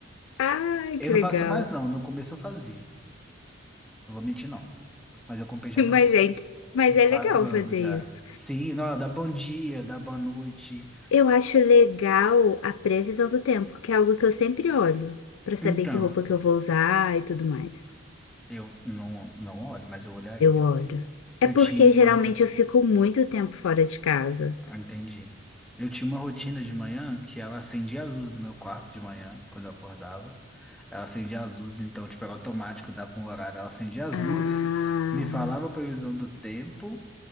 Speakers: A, on the left (about 85°); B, in the centre.
A: Ai,
B: Eu
A: que
B: não
A: legal.
B: faço mais, não. No começo eu fazia. Não vou mentir, não. Mas eu comprei
A: <laughs>
B: já
A: Mas
B: tem uns,
A: é, mas
B: uns
A: é
B: quatro
A: legal
B: anos
A: fazer
B: já.
A: isso.
B: Sim, não, ela dá bom dia, dá boa noite.
A: Eu acho legal a previsão do tempo, que é algo que eu sempre olho, pra saber
B: Então,
A: que roupa que eu vou usar e tudo mais.
B: eu não, não olho, mas eu olharia.
A: Eu olho. É
B: Eu
A: porque
B: tinha uma,
A: geralmente
B: ro-
A: eu fico muito tempo fora de casa.
B: Ah, Entendi. Eu tinha uma rotina de manhã que ela acendia as luzes do meu quarto de manhã, quando eu acordava. Ela acendia as luzes, então, tipo, era automático, dava um horário. Ela acendia as
A: Ah,
B: luzes, me falava a previsão do tempo